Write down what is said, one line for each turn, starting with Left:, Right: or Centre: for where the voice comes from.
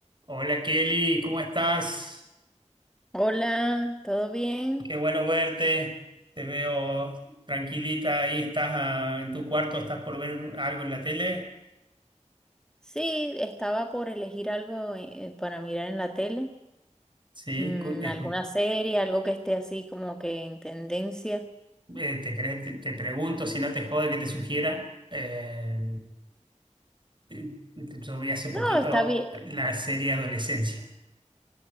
Right: Hola Kelly, ¿cómo estás?
Centre: Hola, ¿todo bien?
Right: Qué bueno verte. Te veo tranquilita, ahí estás ah, en tu cuarto, estás por ver algo en la tele.
Centre: Sí, estaba por elegir algo eh, eh, para mirar en la tele,
Right: Sí,
Centre: Mm,
Right: cu- escu-
Centre: alguna serie, algo que esté así como que en tendencia.
Right: eh, te, querés- te- te pregunto si no te jode que te sugiera. eh, eh, yo vi hace poquito
Centre: No, está bien.
Right: la serie Adolescencia.